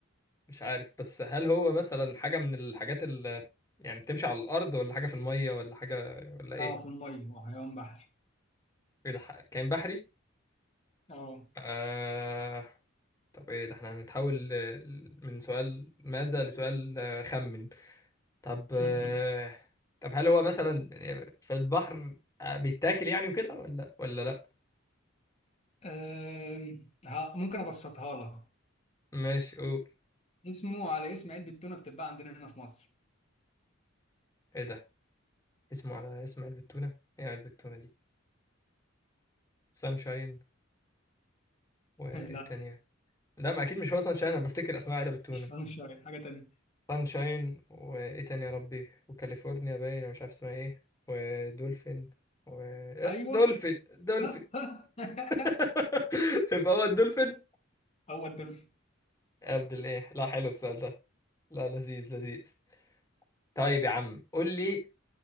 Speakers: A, on the left; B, on the left.
A: مش عارف بس هل هو مثلا حاجة من الحاجات اللي يعني بتمشي على الأرض ولا حاجة في المية ولا حاجة ولا إيه؟
B: اه في الميه هو حيوان بحري
A: إيه ده ح- كائن بحري؟
B: اه
A: آه... طب إيه ده إحنا هنتحول ل- من سؤال ماذا لسؤال آه، خمن طب
B: <laughs>
A: آه... طب هل هو مثلا في البحر آه، بيتاكل يعني وكده ولا ولا لأ؟
B: أم، ها- ممكن ابسطها لك
A: ماشي قول
B: اسمه على اسم علبة تونة بتتباع عندنا هنا في مصر
A: إيه ده؟ اسمه على اسم علبة تونة؟ إيه علبة التونة دي؟ سانشاين وإيه
B: <laughs> لا
A: التانية؟ لا ما أكيد مش هو سانشاين أنا بفتكر أسماء علبة التونة
B: مش صالون شارع حاجة تانية
A: سانشاين وايه تاني يا ربي وكاليفورنيا باين أنا مش عارف اسمها ايه ودولفين و آه،
B: ايوه
A: دولفين دولفين
B: <laughs>
A: <laughs> يبقى هو الدولفين
B: هو الدولفين
A: عبد الايه لا حلو السؤال ده لا لذيذ لذيذ طيب يا عم قول لي